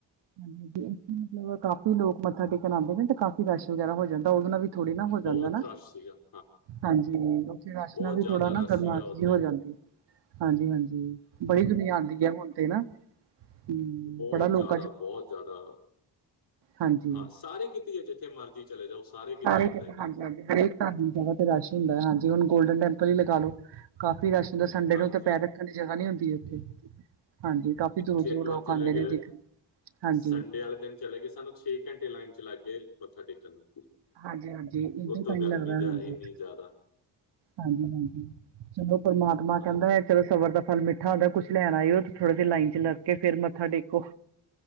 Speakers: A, on the right (about 80°); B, on the left (about 65°).
A: ਹਾਂਜੀ -ਹਾਂਜੀ ਇੱਥੇ ਮਤਲਬ ਕਾਫੀ ਲੋਕ ਮੱਥਾ ਟੇਕਣ ਆਉਂਦੇ ਨੇ, ਤੇ ਕਾਫੀ ਰਸ਼ ਵਗੈਰਾ ਹੋ ਜਾਂਦਾ ਉਹਦੇ ਨਾਲ ਵੀ ਥੋੜ੍ਹੀ ਨਾ, ਹੋ
B: ਬਹੁਤ
A: ਜਾਂਦਾ ਨਾ,
B: ਰਸ਼ ਸੀਗਾ
A: ਹਾਂਜੀ, ਉੱਥੇ ਅਰਸ਼ਨਾ
B: ਬਹੁਤ
A: ਵੀ
B: ਜ਼ਿਆਦਾ
A: ਥੋੜਾ ਨਾ,
B: ਰਸ਼
A: ਕਰਨਾਥ
B: ਸੀਗਾ ਉੱਥੇ
A: ਜਿਹੀ ਹੋ ਜਾਂਦੀ। ਹਾਂਜੀ -ਹਾਂਜੀ ਬੜੀ ਦੁਨੀਆਂ ਆਉਂਦੀ ਹੈ, ਹੁਣ ਤੇ ਨਾ, ਹੂੰ
B: ਬਹੁਤ
A: ਬੜਾ ਲੋਕ
B: ਬਹੁਤ ਜ਼ਿਆਦਾ,
A: ਹਾਂਜੀ।
B: ਹਾਂ ਸਾਰੇ ਕੀਤੀ ਹੈ, ਜਿੱਥੇ ਮਰਜ਼ੀ ਚਲੇ ਜਾਓ। ਸਾਰੇ ਕਿਤੇ
A: ਸਾਰੀ
B: ਇਦਾਂ ਹੀ
A: ਹਾਂਜੀ-
B: ਆ
A: ਹਾਂਜੀ ਹਰੇਕ ਧਰਮ ਦੀ ਜਗ੍ਹਾ ਤੇ ਰਸ਼ ਹੁੰਦਾ ਹੈ, ਹਾਂਜੀ ਹੁਣ ਗੋਲਡਨ ਟੈਂਪਲ ਹੀ ਲਗਾ ਲੋੋ। ਕਾਫ਼ੀ ਰਸ਼ ਹੁੰਦਾ, ਸੰਡੇ
B: ਹਾਂਜੀ
A: ਨੂੰ ਤਾਂ ਪੈਰ ਰੱਖਣ ਦੀ, ਜਗ੍ਹਾ ਨਹੀਂੀ ਹੁੰਦੀ ਉੱਥੇ। ਹਾਂਜੀ, ਕਾਫੀ ਦੂਰ
B: ਅਸੀਂ ਇੱਕ
A: ਦੂਰ
B: ਵਾਰ
A: ਲੋਕ
B: ਚਲੇ
A: ਆਉਂਦੇ
B: ਗਏ
A: ਨੇ ਦੇਖਣ ਹਾਂਜੀ।
B: ਸੰਡੇ ਵਾਲੇ ਦਿਨ ਚਲੇ ਗਏ, ਸਾਨੂੰ ਛੇ ਘੰਟੇ ਲਾਈਨ ਚ ਲੱਗ ਗਏ, ਮੱਥਾ ਟੇਕਣ ਨੂੰ।
A: ਹਾਂਜੀ -ਹਾਂਜੀ ਇੱਸੀ
B: ਉੱਤੋਂ
A: ਤਾਂਹੀ
B: ਗਰਮੀ
A: ਲੱਗਦਾ ਹੈ,
B: ਜਾ ਇੰਨੀ
A: ਉੱਥੇ।
B: ਜ਼ਿਆਦਾ
A: ਹਾਂਜੀ- ਹਾਂਜੀ ਚਲੋ, ਪਰਮਾਤਮਾ
B: ਹਾਂਜੀ
A: ਕਹਿੰਦਾ ਹੈ ਚਲੋ, ਸਵਰ ਦਾ ਫਲ ਮਿੱਠ। ੱਥਾਂ ਦਾ ਕੁਛ ਲੈਣ ਆਇਓ ਤੇ, ਥੋੜਾ ਜਿਹਾ ਲਾਈਨ ਚ ਲਗ ਕੇ, ਫੇਰ ਮੱਥਾ ਟੇਕੋ।